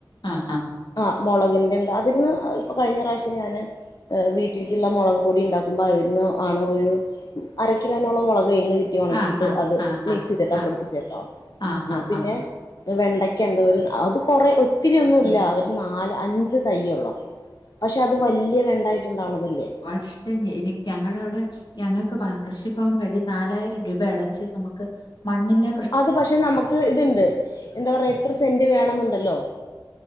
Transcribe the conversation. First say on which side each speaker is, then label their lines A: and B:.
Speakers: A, on the left; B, on the left.
A: അഹ്, അഹ്
B: അഹ് മൊളകിന്റെണ്ട് അതിന്ന് ഇപ്പൊ കഴിഞ്ഞ പ്രാവിശ്യം ഞാന് ഏഹ് വീട്ടീൽക്കിള്ള മൊളക് പൊടി ഇണ്ടാക്കുമ്പോ അതിന്ന് ആണ് ഒരു അരക്കിനോളം മൊളക് അയ്‌ന്ന് കി കെയ്കി ഒണക്കിട്ട്
A: ആഹാ!
B: അത്
A: ആഹാ!
B: മിക്സ് ചെയ്തിട്ടാ
A: ആ.
B: പൊടിപ്പിച്ചേട്ടോ
A: ആഹാഹാ!
B: ആഹ് പിന്നെ വെണ്ടയ്ക്ക ഇണ്ട് ഒരു അത് കൊറെ ഒത്തിരിയൊന്നുല്ല
A: ആഹാ!
B: ഒരു നാല്, അഞ്ച് തൈയ്യൊള്ളോ. പക്ഷെ അത് വല്ല്യ വെണ്ടായിട്ട് ഇണ്ടാവണതല്ലേ.
A: പക്ഷെ എനി ഞങ്ങടെ അവടെ ഞങ്ങൾക്ക് ബ കൃഷിഭവൻ വഴി നാലായിരം രൂപ അടച്ച് നമക്ക് മണ്ണില്ല
B: അത് പക്ഷെ നമക്ക് ഇത്ണ്ട് എന്താ പറയാ ഇത്ര സെന്റ് വേണെന്നുണ്ടല്ലോ?